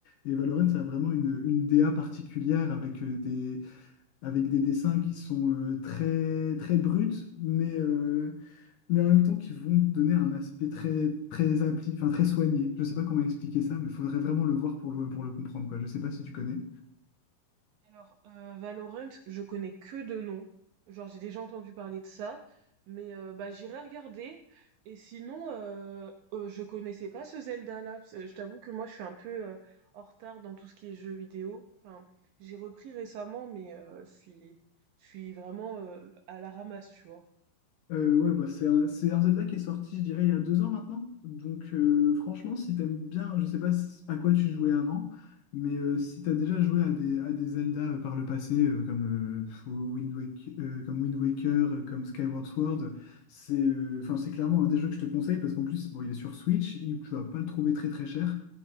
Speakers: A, on the left; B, on the right.
A: Et Valorant, ça a vraiment une, une DA particulière avec euh, des, avec des dessins qui sont euh, très, très bruts, mais, euh, mais en même temps qui vont donner un aspect très, très appli, enfin, très soigné. Je ne sais pas comment expliquer ça, mais il faudrait vraiment le voir pour le, pour le comprendre, quoi. Je ne sais pas si tu connais.
B: Alors, euh, Valorant, je connais que de nom. Genre, j'ai déjà entendu parler de ça, mais euh, bah j'irai regarder. Et sinon, euh, euh, je connaissais pas ce Zelda-là. parce que Je t'avoue que moi, je suis un peu euh, en retard dans tout ce qui est jeux vidéo. Enfin, j'ai repris récemment, mais euh, je suis, je suis vraiment euh, à la ramasse, tu vois.
A: Euh, ouais, bah, c'est un, c'est un Zelda qui est sorti, je dirais, il y a deux ans maintenant. Donc, euh, franchement, si t'aimes bien, je sais pas s- à quoi tu jouais avant, mais euh, si t'as déjà joué à des, à des Zelda euh, par le passé, euh, comme, euh, pff, Wind Wake- euh, comme Wind Waker, euh, comme Skyward Sword, c'est euh, enfin, c'est clairement un des jeux que je te conseille parce qu'en plus, bon, il est sur Switch, il- tu vas pas le trouver très très cher.